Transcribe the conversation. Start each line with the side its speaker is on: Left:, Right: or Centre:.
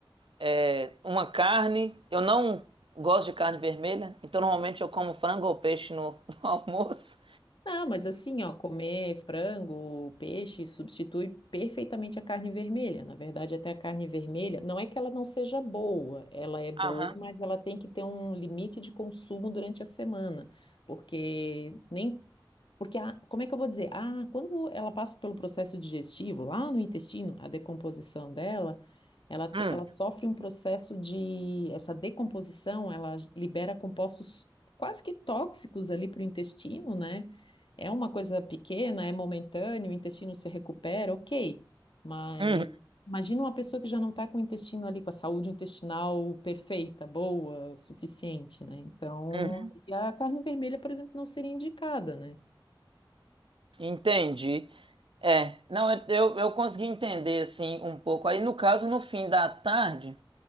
Right: é, uma carne. Eu não gosto de carne vermelha, então normalmente eu como frango ou peixe no, <laughs> no almoço.
Left: Não, mas assim, ó, comer frango, peixe substitui perfeitamente a carne vermelha. Na verdade, até a carne vermelha, não é que ela não seja boa, ela é boa,
Right: Aham.
Left: mas ela tem que ter um limite de consumo durante a semana, porque nem Porque, a, como é que eu vou dizer? Ah, quando ela passa pelo processo digestivo, lá no intestino, a decomposição dela, ela, te-
Right: Hum,
Left: ela sofre um processo de. Essa decomposição, ela j- libera compostos quase que tóxicos ali para o intestino, né? É uma coisa pequena, é momentâneo, o intestino se recupera, ok. Mas
Right: uhum,
Left: imagina uma pessoa que já não está com o intestino ali, com a saúde intestinal perfeita, boa, suficiente, né? Então,
Right: uhum.
Left: e a carne vermelha, por exemplo, não seria indicada, né?
Right: Entendi. É, não, eu, eu eu consegui entender assim um pouco. Aí, no caso, no fim da tarde,